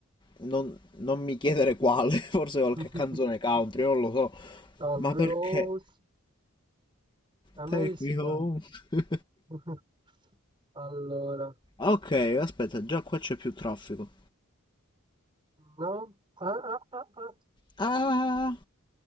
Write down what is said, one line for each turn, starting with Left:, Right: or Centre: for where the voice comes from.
Left: non, non mi chiedere quale, <laughs> forse qualche
Right: <laughs>
Left: canzone country, non lo so,
Right: Country
Left: ma perché?
Right: Roads, Amiris
Left: Take me home.
Right: Band.
Left: <laughs>
Right: <laughs> Allora,
Left: Ah, Ok, aspetta, già qua c'è più traffico.
Right: no? Ah, ah, ah, ah.
Left: Ah,